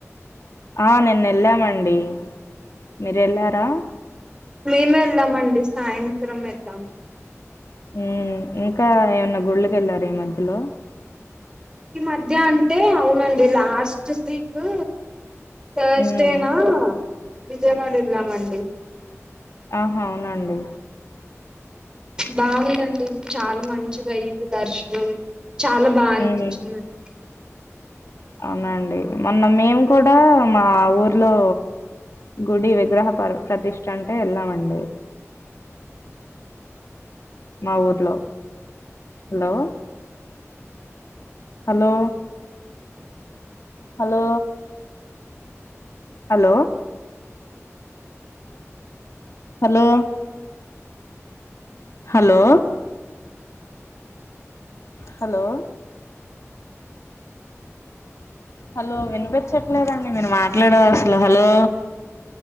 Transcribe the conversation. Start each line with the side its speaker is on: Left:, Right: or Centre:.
Left: ఆ నిన్న వెళ్ళామండి మీరు వెళ్ళారా
Right: మేమే వెళ్ళామండి సాయంత్రం వెళ్ళాం
Left: ఉ ఇంకా ఏమన్నా గుళ్ళకి వెళ్ళారా ఈ మధ్యలో
Right: ఈ మధ్య అంటే అవునండి లాస్ట్ వీక్ థర్స్డేనా
Left: ఉమ్
Right: విజయవాడ వెళ్ళామండి
Left: ఆహ అవునా అండి
Right: బాగుందండి చాలా మంచిగా అయింది దర్శనం చాలా బా అనిపించింది
Left: ఉమ్
Right: అండి
Left: అవునండి మొన్న మేము కూడా మా ఊర్లో గుడి విగ్రహ ప్రతిష్ట అంటే వెళ్ళామండి
Right: అ <inaudible>
Left: మా ఊర్లో hello hello hello hello hello hello hello hello వినుపించట్లేదండి మీరు మాట్లాడేది అసలు hello